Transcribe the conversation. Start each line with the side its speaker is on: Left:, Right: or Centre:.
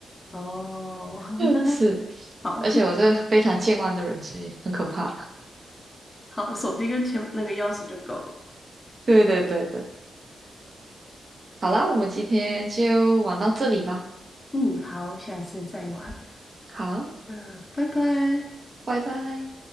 Left: 哦，
Right: <laughs>
Left: <laughs>
Right: 是，
Left: 好
Right: 而且我这个非常健忘的人，
Left: <laughs>
Right: 所以很可怕。
Left: 好，手机跟钱那个钥匙就够了。
Right: 对对对对，好啦，我们今天就玩到这里吧。
Left: 嗯，好，下次再玩。
Right: 好，
Left: 嗯，拜拜。
Right: 拜拜。